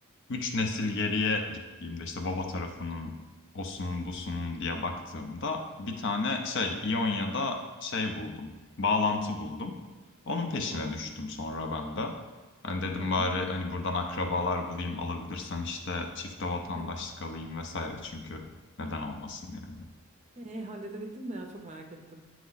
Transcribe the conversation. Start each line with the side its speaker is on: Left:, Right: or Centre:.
Left: üç nesil geriye gittiğimde işte baba tarafının osunun busunun diye baktığımda bir tane şey İonya'da şey buldum. Bağlantı buldum. Onun peşine
Right: Wow.
Left: düştüm sonra ben de. Hani dedim
Right: Hı hı.
Left: bari hani buradan akrabalar bulayım alabilirsem işte çifte vatandaşlık
Right: <laughs>
Left: alayım vesaire çünkü neden olmasın yani.
Right: E, halledebildin mi ya? Çok merak ettim.